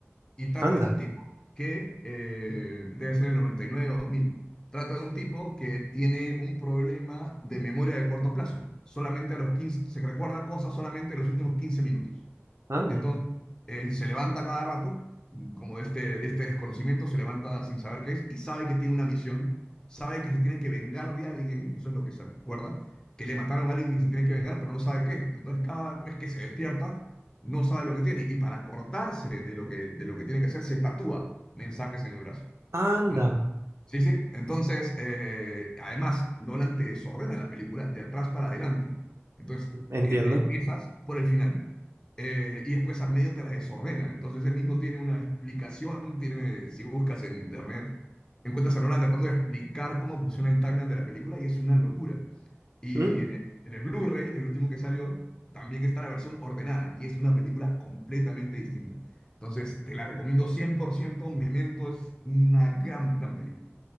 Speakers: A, on the left; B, on the right.
A: Y trata
B: Anda,
A: de un tipo que eh, debe ser el 99 o 2000. Trata de un tipo que tiene un problema de memoria de corto plazo. Solamente a los 15 se recuerda cosas solamente en los últimos 15 minutos.
B: anda,
A: Entonces, él se levanta cada rato, mm, como de este, de este desconocimiento, se levanta sin saber qué es y sabe que tiene una misión, sabe que se tiene que vengar de alguien, eso es lo que se acuerda, que le mataron a alguien y se tiene que vengar, pero no sabe qué. Entonces, cada vez que se despierta, no sabe lo que tiene y para cortarse de lo que, de lo que tiene que hacer, se tatúa mensajes en el brazo.
B: anda.
A: ¿no? Sí, sí. Entonces, eh, además, Nolan te desordena la película de atrás para adelante. Entonces,
B: Entiendo.
A: eh, empiezas por el final eh, y después al medio te la desordena. Entonces, él mismo tiene una explicación, tiene, si buscas en internet, encuentras a Nolan tratando de explicar cómo funciona el timeline de la película y es una locura. Y
B: Mm.
A: en el, en el Blu-ray, el último que salió, también está la versión ordenada y es una película completamente distinta. Entonces, te la recomiendo 100%. Memento es una gran, gran película.